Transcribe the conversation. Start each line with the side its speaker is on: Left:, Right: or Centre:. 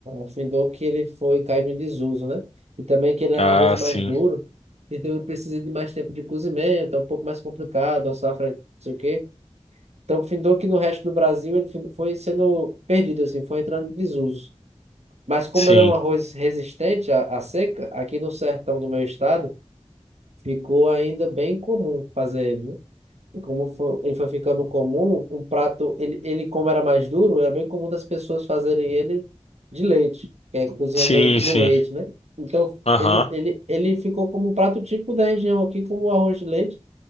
Right: afindou que ele foi caindo em desuso, né? E também que ele é
Left: Ah,
Right: um arroz mais
Left: sim.
Right: duro, então ele precisa de mais tempo de cozimento, é um pouco mais complicado, a safra, não sei o quê. Então, findou que no resto do Brasil ele fin- foi sendo perdido, assim, foi entrando em desuso. Mas como
Left: Sim.
Right: ele é um arroz resistente à, à seca, aqui no sertão do meu estado, Ficou ainda bem comum fazer ele. né? E Como fo- ele foi ficando comum, um prato, ele, ele como era mais duro, era bem comum das pessoas fazerem ele de leite, que é cozinhando
Left: Sim,
Right: ele no
Left: sim.
Right: leite, né? Então,
Left: Aham.
Right: ele, ele, ele ficou como um prato típico da região aqui, como o arroz de leite,